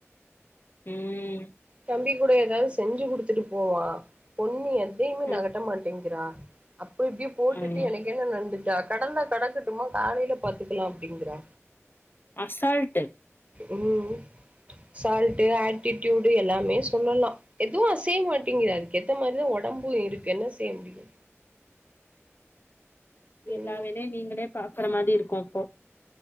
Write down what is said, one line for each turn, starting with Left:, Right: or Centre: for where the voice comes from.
Left: ம்
Right: தம்பி கூட எதாவது செஞ்சு குடுத்துட்டு போவா பொண்ணு எதையுமே
Left: ம்
Right: நகட்ட மாட்டேங்கிறா அப்ப இப்டியோ போட்டுட்டு
Left: ஐயோ
Right: எனக் என்ன நடந்துட்டா கடந்தா கடக்கட்டுமா காலையில பாத்துக்கலா அப்டிங்கறா
Left: அசால்ட்டு்
Right: ம் சால்ட்டு ஆட்டிடியூட் எல்லாமே சொல்லலா எதுவு அசைய மாட்டிங்து அதுக்கு ஏத்த மாரிதா ஒடம்பு இருக்கு என்ன செய்ய முடியு
Left: எல்லா
Right: ம்
Left: வேலையும நீங்களே பாக்கற மாரி இருக்கும் அப்போ